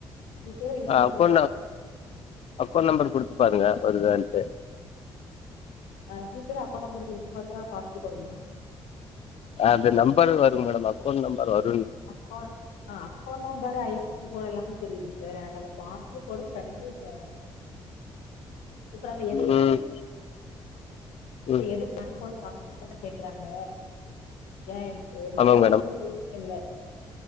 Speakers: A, on the left; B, on the left.
A: ஜிபே யூஸ்
B: ஆஹ
A: பண்ணிட்டுதா
B: அக்கௌண்ட்
A: இருக்கே
B: ந அக்கௌண்ட் நம்பர் கொடுத்த பாருங்க வருதாண்டு
A: ஆஹ் ஜிபே அக்கௌண்ட் நம்பர் குடுத்து பார்த்தா பாஸ்புக் வருமா
B: அது நம்பர் வருங்க மேடம் அக்கௌண்ட் நம்பர் வரும்
A: அக் அஹ் அக்கௌண்ட நம்பர் ஐயப்ஃபசி கோட் எல்லாமே தெரியுது வேற எனக்கு பாஸ்புக்கோட ஃரெண்ட பேஜ் வேணும் இப்ப நம்ம எதுக்கு
B: ம்
A: இப்ப
B: ம்
A: எது பங்க் போற பாஸ்புக்த்தானே கேக்குறாங்க ஏன் எண்ட ஒரு
B: ஆமாங்க
A: ஜெராக்ஸ் கூட எதுமே இல்ல